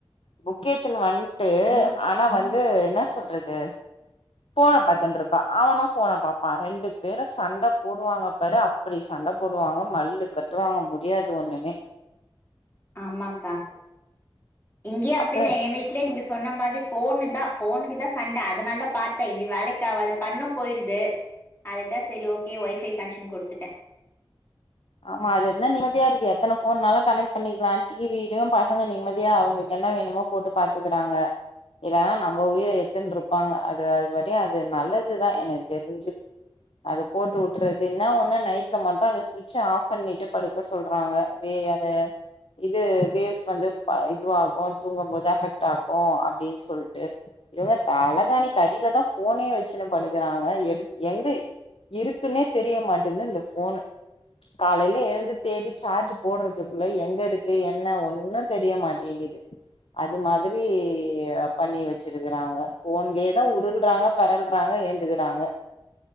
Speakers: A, on the left; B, on the left.
A: புக் எத்துனு வந்ட்டு ஆனா வந்து என்னா சொல்றது ஃபோன பாத்துன்ருப்பா அவனு ஃபோன பாப்பா ரெண்டு பேரு சண்ட போடுவாங்க பாரு அப்பிடி சண்ட போடுவாங்க மல்லு கட்டுவாங்க முடியாது ஒன்னுமே
B: ஆமாக்கா இங்யு அப்டித்தா
A: அப்றோ
B: எ வீட்லயு நீங்க சொன்ன மாதி ஃபோனு தா ஃபோனுக்கு தா சண்டை அதனால தா பாத்தே இ வேலைக்கு ஆவாது கண்ணு போயிருது அதுக்குதா சரி ஓகே ஒய்ஃபை கனெக்க்ஷன் கொடுத்துட்டே
A: ஆமா அது இருந்தா நிம்மதியா இருக்கு எத்தன ஃபோன்னாலு கனெக்ட் பண்ணிக்கலா டிவிலயு பசங்க நிம்மதியா அவுங்களுக்கு என்ன வேணுமோ போட்டு பாத்துக்குறாங்க இதா நம்ம உயிர எத்துனுருப்பாங்க அது அது ப்படியு அது நல்லதுதா எனக்கு தெரிஞ்சு அது போட்டு விட்டுறது இன்னா ஒன்னு நைட்ல மட்டு அந்த ஸ் ச்ச ஃஆப் பண்ணிட்டு படுக்க சொல்றாங்க வே அத இது வேவ்ஸ் வந்து ப இதுவாகு தூங்கம் போது அஃபெக்ட் ஆகு அப்டின்னு சொல்ட்டு இவுங்க தலகாணிக்கடில தா ஃபோனே வச்சுன்னு படுக்குறாங்க எடு எங்க இருக்குன்னே தெரிய மாட்டேது இந்த ஃபோனு காலைல எழுந்து தேடி சார்ஜ் போடுறதுக்குள்ள எங்க இருக்கு என்ன ஒன்னு தெரியமாட்டேங்கிது அது மாதிரி பண்ணி வச்சிருக்குறாங்க ஃபோன்லயே தா உருள்றாங்க பெரல்றாங்க ஏந்துகுறாங்க